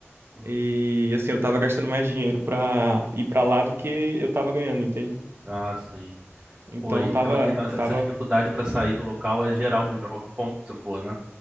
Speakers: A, on the right (about 25°); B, on the right (about 55°).
A: Hum.
B: e, assim, eu tava gastando mais dinheiro pra ir pra lá do que eu tava ganhando, entende?
A: Ah, sim.
B: Então,
A: Pô, e-
B: tava,
A: então, então essa
B: tava
A: essa dificuldade pra sair do local é geral mesmo, pra qualquer ponto que você for, né?